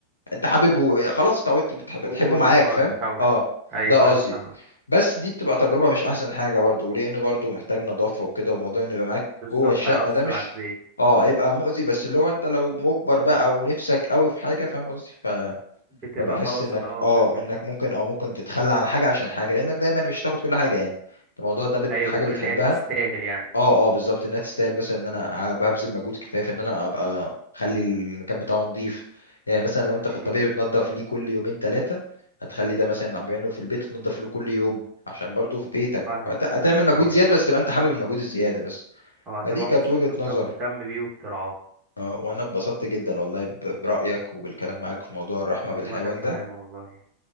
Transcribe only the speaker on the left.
انت حاببه خلاص اتعودت بتحب بتحبه
معاك
فاهم
اه
ده
قصدي
بس دي بتبقى تجربة مش احسن حاجة برضو لان برضو محتاج نظافة وكده وموضوع انه يبقى معاك
جوه الشقة
ده مش
اه هيبقى مؤذي بس اللي هو انت لو مجبر بقى ونفسك قوي في حاجة فاهم قصدي ف...
فبحس
انك
اه
انك ممكن او ممكن تتخلى عن حاجة عشان حاجة لانك دايما مش هتاخد كل حاجة يعني انت الموضوع ده بت...
حاجة
بتحبها
اه اه بالظبط انها تستاهل مثلا ان انا ببذل مجهود كفايه في ان انا ابقى اخلي المكان بتاعه نظيف يعني مثلا لو انت في
الطبيعي بتنضف ليه كل يومين ثلاثه هتخلي ده مثلا اللي عم بيعمله في البيت تنضف له كل يوم عشان برضه في بيتك
فهت- هتعمل مجهود
زياده بس تبقى انت حابب المجهود الزياده بس
فدي كانت
وجهه
نظري
اه وانا اتبسطت جدا والله ب- برايك وبالكلام معاك في موضوع الرحمه بالحيوان
ده